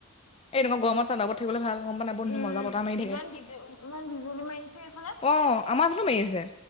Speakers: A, on the left; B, on the left.
A: এনেকুৱা গৰমত ছাদৰ ওপৰত থাকিবলে ভাল গম পোৱা নাই বহুত
B: উম
A: মজা বতাহ মাৰি থাকে
B: ইমান বিজু
A: অঁ,
B: ইমান বিজুলী মাৰিছে এইফালে
A: আমাৰ ফলো মাৰি আছে।